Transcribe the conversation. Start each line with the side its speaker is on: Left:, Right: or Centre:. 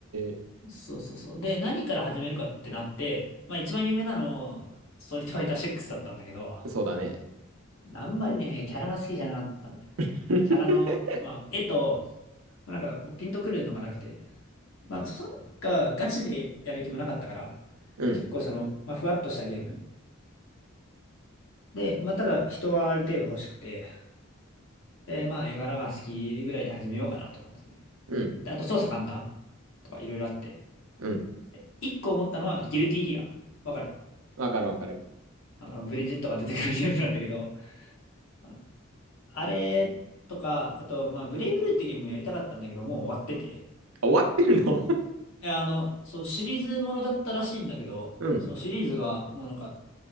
Right: え、
Left: そうそうそう。で、何から始めるかってなって、まあ一番有名なの、ストリートファイター6だったんだけど、
Right: そうだね。
Left: あんまりね、キャラが好きじゃなかったんだよね。
Right: <laughs>
Left: キャラの、まあ、絵と、まあなんかピンとくるのがなくて、まあ、そんな、ガチでやる気もなかったから、
Right: うん、
Left: 結構その、まあ、ふわっとしたゲーム。で、まあ、ただ人はある程度欲しくて、で、まあ、絵柄が好きぐらいで始めようかなと思ってて。
Right: うん、
Left: で、あと操作簡単とかいろいろあって。
Right: うん。
Left: で、一個思ったのは、ギルティギア。わかる
Right: わかるわかる。
Left: あの、ブリジットが出てくるゲームなんだけど、ああれとか、あと、まあ、ブレイブルーってゲームもやりたかったんだけど、もう終わってて。
Right: あ、終わってるの
Left: いや、あの、そう、シリーズものだったらしいんだけど、
Right: <laughs> うん。
Left: そのシリーズが、もうなんか、